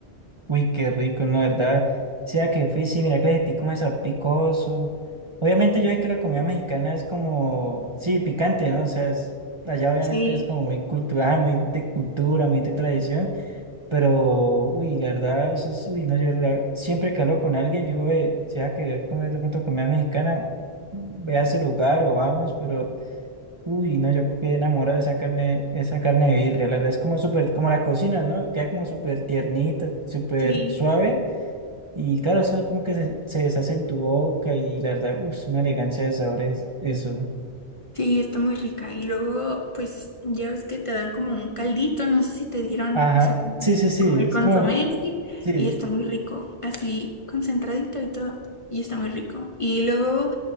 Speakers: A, on the right; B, on the left.
A: Uy, qué rico, no, la verdad. Sea que fui, sí, mira que le sentí como ese picoso. Obviamente yo sé que la comida mexicana es como, sí, picante, ¿no? O sea, es, allá obviamente
B: Sí,
A: es como muy cultural, muy de cultura, muy de tradición, pero, uy, la verdad, eso es, uy, no, yo la- siempre que hablo con alguien, yo ve, sea que comer de pronto comida mexicana, ve a ese lugar o vamos, pero... Uy, no, yo quedé enamorado de esa carne, esa carne de birria. La verdad es como súper, como la cocina, ¿no? Queda como súper tiernita, súper
B: sí.
A: suave. Y claro, eso como que se, se deshace en tu boca y la verdad, es una elegancia de sabores, eso.
B: Sí, está muy rica. Y luego, pues, ya ves que te dan como un caldito, no sé si te dieron,
A: Ajá,
B: o sea,
A: sí, sí, sí,
B: como el
A: es
B: consomé,
A: como,
B: sí,
A: sí,
B: y está muy rico, así concentradito y todo, y está muy rico. Y luego,